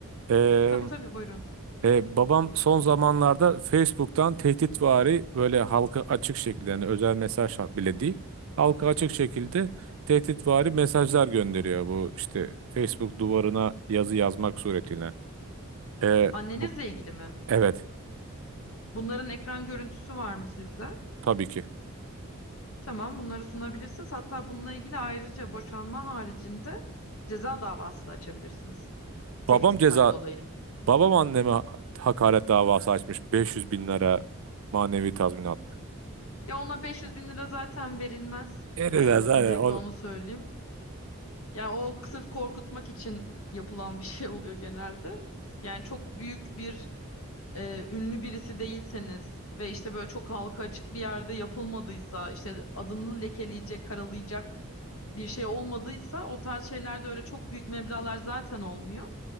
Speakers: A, on the right; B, on the left.
A: E,
B: Tabii tabii buyurun.
A: E, babam son zamanlarda Facebook'tan tehditvari böyle halka açık şekilde yani özel mesaj hat- bile değil. Halka açık şekilde tehditvari mesajlar gönderiyor bu işte Facebook duvarına yazı yazmak suretiyle. E,
B: Annenizle
A: bu
B: ilgili mi?
A: evet
B: Bunların ekran görüntüsü var mı sizde?
A: tabii ki.
B: Tamam bunları sunabilirsiniz. Hatta bununla ilgili ayrıca boşanma haricinde ceza davası da açabilirsiniz. Tehditten
A: Babam ceza
B: dolayı.
A: babam anneme ha- hakaret davası açmış 500 bin lira manevi tazminat.
B: Ya ona 500 bin lira zaten verilmez.
A: Eriler
B: Ee,
A: zaten
B: öncelikle
A: o...
B: onu söyleyeyim. Yani o sırf korkutmak için yapılan bir <laughs> şey oluyor genelde. Yani çok büyük bir e, ünlü birisi değilseniz ve işte böyle çok halka açık bir yerde yapılmadıysa, işte adını lekeleyecek, karalayacak bir şey olmadıysa o tarz şeylerde öyle çok büyük meblağlar zaten olmuyor.